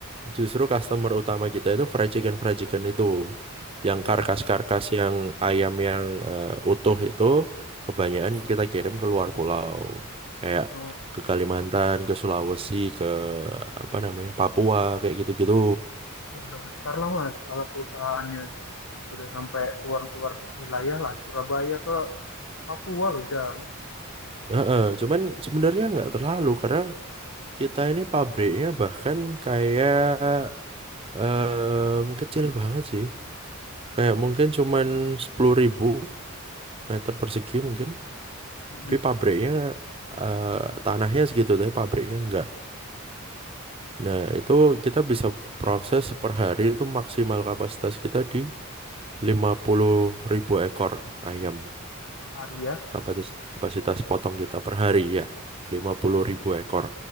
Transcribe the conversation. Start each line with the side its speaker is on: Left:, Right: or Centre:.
Right: justru customer utama kita itu fried chicken fried chicken itu yang
Left: Iya,
Right: karkas-karkas yang ayam yang eh, utuh itu kebanyakan kita kirim ke luar pulau kayak
Left: oh,
Right: ke Kalimantan, ke Sulawesi, ke apa namanya Papua kayak gitu-gitu.
Left: oh, udah besar lah Mas kalau perusahaannya udah sampai keluar-keluar wilayah lah Surabaya ke Papua loh jauh
Right: Heeh, cuman sebenarnya nggak terlalu karena kita ini pabriknya bahkan kayak em, kecil banget sih. Kayak mungkin cuman 10.000 meter persegi mungkin.
Left: Mm-mm.
Right: Tapi pabriknya eh, tanahnya segitu, tapi pabriknya enggak. Nah, itu kita bisa proses per hari itu maksimal kapasitas kita di lima puluh ribu ekor ayam.
Left: per hari ya.
Right: Kapasitas, kapasitas potong kita per hari ya, lima puluh ribu ekor.